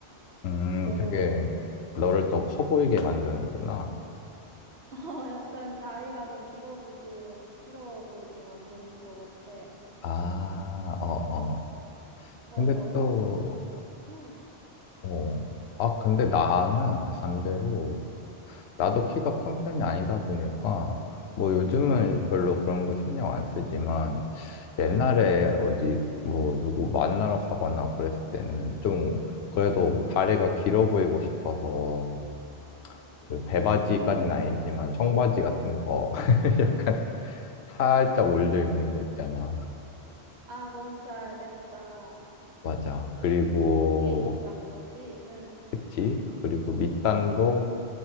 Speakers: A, on the left; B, on the right.
A: 음,
B: 내려오는
A: 되게
B: 거.
A: 너를 더 커
B: 음.
A: 보이게 만드는구나.
B: <laughs> 어, 약간 다리가 더 길어지게, 만- 길어 보이게 만드는 것 같아.
A: 아, 어, 어.
B: 그래가지고,
A: 근데 또,
B: 응,
A: 어. 아, 근데 나는 반대로, 나도
B: 응,
A: 키가 큰 편이 아니다 보니까, 뭐 요즘은 별로 그런 거 신경 안 쓰지만, 옛날에 어디 뭐 누구 만나러 가거나 그랬을 때는 좀 그래도 다리가 길어 보이고 싶어서 그 배바지까지는
B: 응.
A: 아니지만 청바지 같은 거 <laughs> 약간 살짝 올려 입는 거 있잖아.
B: 아, 뭔지 알겠다.
A: 맞아. 그리고
B: 그렇게 입었단 거지? 응,
A: 그치? 그리고 밑단도